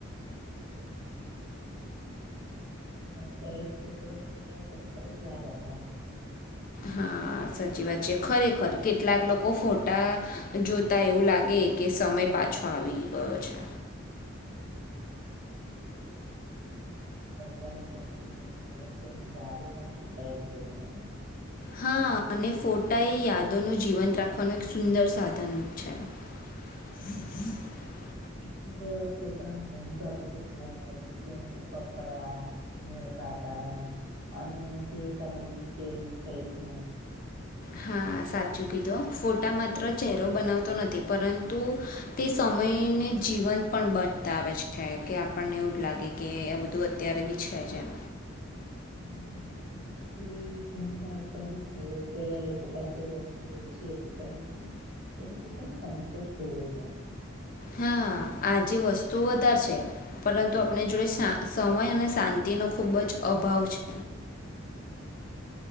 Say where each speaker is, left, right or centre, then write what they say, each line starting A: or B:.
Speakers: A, on the right; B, on the left.
A: અચ્છા. દરેક ફોટો એ વાતને ફરી યાદ અપાવે છેને?
B: હા સાચી વાત છે. ખરેખર કેટલાંક લોકો ફોટા જોતા એવું લાગે કે સમય પાછો આવી ગયો છે.
A: પરવારની સૌથી મોટી તેની યાદોમાં છુપાયેલી હોય છેને.
B: હા અને ફોટા એ યાદોનું જીવંત રાખવાનું એક સુંદર સાધન છે. <unintelligible>
A: એક ટોટલમાં ઘણી બાબતો જોવા મળે છે જેમ કે કપડા હોર વાતાવરણ અને તે તયની થલી ના
B: હા સાચું કીધું ફોટા માત્ર ચહેરો બનાવતો નથી પરંતુ તે સમ સમયને જીવન પણ બચતાવે છે કે આપણને એવું જ લાગે કે આ બધું અત્યારે બી છે. ભજન
A: હમ. ડી ઘણી વાર કહે છે પેલા લોકો પાસે વસ્તુ ઓછી હતી પણ એ વખતે છેમ સંતોષ હોવો હતો એમ.
B: હા આજે વસ્તુ વધારે છે પરંતુ આપણે જોડે સમય અને શાંતિ તેનો ખૂબ જ અભાવ છે.
A: <inaudible>